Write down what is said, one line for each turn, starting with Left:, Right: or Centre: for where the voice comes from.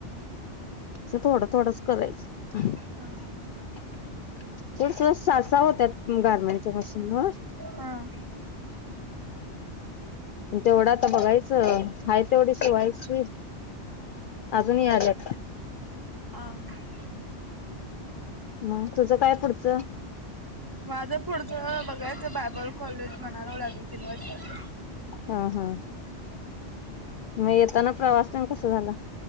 Left: असं थोडं थोडंच करायचं
Right: हा
Left: <unintelligible> सहा सहा होत्यात गारमेंटच्या मशीनवर?
Right: हा
Left: तेवढ आता बघायचं हाय तेवढ शिवायची अजून याल्यात
Right: आ, हा
Left: म, तुझं काय पुढचं
Right: माझं पुढचं बघायचं बायबल कॉलेज म्हणाय लागलोय अजून तीन वर्षाच
Left: हा, हा मग येताना प्रवास तेन कसा झाला?